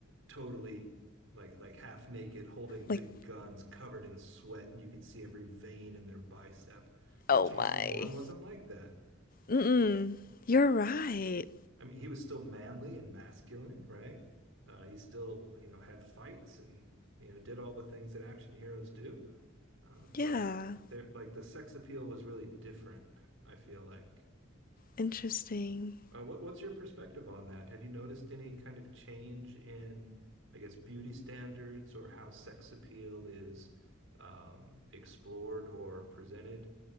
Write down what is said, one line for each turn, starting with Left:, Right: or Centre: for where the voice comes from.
Right: totally like like half naked, holding big
Left: Like
Right: guns, covered in sweat, and you could see every vein in their bicep. But
Left: Oh
Right: Jason
Left: my.
Right: Bourne wasn't like that.
Left: Mm-mm. You're right.
Right: I mean, he was still manly and masculine, right? Uh, he still, you know, had fights and, you know, did all the things that action heroes do. Uh, but
Left: Yeah.
Right: there, like the sex appeal was really different, I feel like.
Left: Interesting.
Right: Uh, what, what's your perspective on that? Have you noticed any kind of change in, I guess, beauty standards or how sex appeal is um, explored or presented?